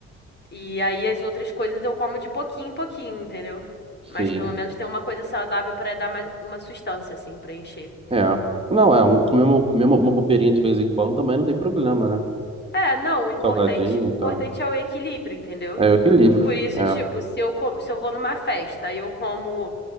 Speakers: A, on the left (about 35°); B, on the right (about 20°).
A: e aí as outras coisas eu como de pouquinho em pouquinho, entendeu? Mas
B: Sim.
A: pelo menos tem uma coisa saudável pra dar mais uma sustância assim pra encher.
B: É. Não, é, um- comer, uma, comer uma, uma bobeirinha de vez em quando também não tem problema, né?
A: É, não, o importante,
B: Salgadinho e tal.
A: importante é o equilíbrio, entendeu?
B: É o equilíbrio.
A: Por isso,
B: É.
A: tipo, se eu, co- se eu vou numa festa e eu como,